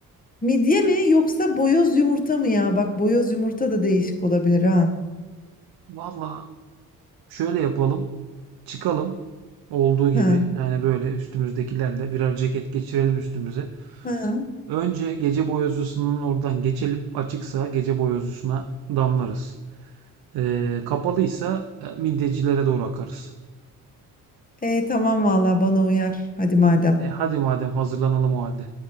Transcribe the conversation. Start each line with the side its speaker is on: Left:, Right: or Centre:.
Left: midye mi yoksa boyoz yumurta mı ya? Bak boyoz yumurta da değişik olabilir ha.
Right: Valla şöyle yapalım. Çıkalım. Olduğu gibi
Left: Ha.
Right: yani böyle üstümüzdekilerle birer ceket geçirelim üstümüze.
Left: Ha.
Right: Önce gece boyozcusunun oradan geçelim. Açıksa gece boyozcusuna damlarız. Ee, kapalıysa e, midyecilere doğru akarız.
Left: E tamam vallahi bana uyar. Hadi madem.
Right: E, hadi madem hazırlanalım o halde.